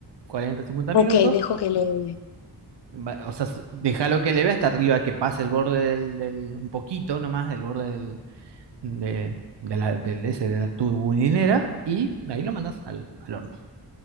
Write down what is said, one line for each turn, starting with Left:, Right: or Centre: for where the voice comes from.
Right: cuarenta-cincuenta
Left: Ok,
Right: minutos.
Left: dejo que leve.
Right: Va- O sea, déjalo que leve hasta arriba, que pase el borde del, del- un poquito nomás, del borde del, de, de la, del, ese, de la tubulinera, y ahí lo mandas al, al horno.